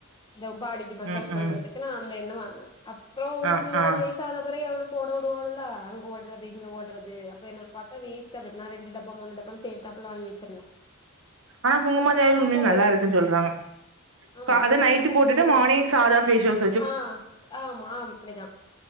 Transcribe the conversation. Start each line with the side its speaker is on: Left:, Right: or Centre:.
Left: இந்த பாடிக்கி மசாஜ்
Right: ம் ம்
Left: துக்கு அந்த என்ன வாங்ன அப்றோ
Right: ஆ
Left: ஒரு
Right: ஆ
Left: ஒரு வய்ஸ் தாத கொறை எவ்ளு போட உடுவாளுவ்ளா அங்க ஓட்றது இங்க ஓட்றது அப்ப எனக் பாத்தா வேஸ்ட் ஆகுது நா ரெண்டு டப்பா மூணு டப்பான் தேக்காப்புல வாங்கி வச்சிர்ந்தோ
Right: <inaudible> ஆனா குங்குமாதைல் உண்மைல்
Left: போடுவோ
Right: நல்லாருக்குன் சொல்றாங்க
Left: ஆமா
Right: கா அத
Left: இனி
Right: நைட்டு
Left: நம்ம
Right: போட்டுட்டு
Left: போடுவோ
Right: மானேஸ் சாதா ஃவேஷ் வாஸ்
Left: ஆ ஆமா அப்புடிதா